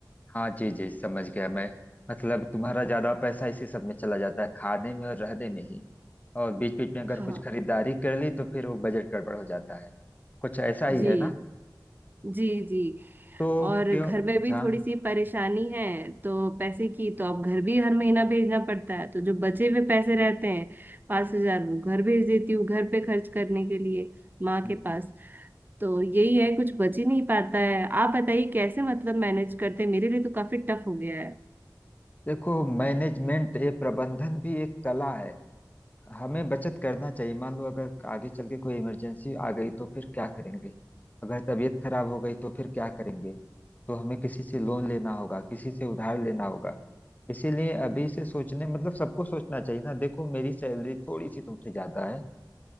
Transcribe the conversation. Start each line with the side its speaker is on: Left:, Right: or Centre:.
Left: हाँ जी जी समझ गया मैं मतलब तुम्हारा ज्यादा पैसा इसी सब में चला जाता है खाने में और रहने में ही और बीच बीच में अगर
Right: हाँ
Left: कुछ खरीदारी कर ली तो फिर वो बजट गड़बड़ हो जाता है कुछ ऐसा ही
Right: जी
Left: है ना
Right: जी जी
Left: तो
Right: और
Left: क्यों
Right: घर में
Left: जहाँ
Right: भी थोड़ी सी परेशानी है तो पैसे की तो अब घर भी हर महीना भेजना पड़ता है तो जो बचे हुए पैसे रहते हैं पाँच हजार वो घर भेज देती हूँ घर पे खर्च करने के लिए माँ
Left: हम्म,
Right: के
Left: हम्म।
Right: पास तो यही है कुछ बच ही नहीं पाता है आप बताइए कैसे मतलब मैनेज करते हैं मेरे लिए तो काफी टफ हो गया है
Left: देखो मैनेजमेंट ये प्रबंधन भी एक कला है हमें बचत करना चाहिए मान लो अगर आगे चल के कोई इमरजेंसी आ गई तो फिर क्या करेंगे अगर तबीयत खराब हो गई तो फिर क्या करेंगे तो हमें किसी से लोन लेना होगा किसी से उधार लेना होगा इसीलिए अभी से सोचने मतलब सबको सोचना चाहिए ना देखो मेरी सैलरी थोड़ी सी तुमसे ज्यादा है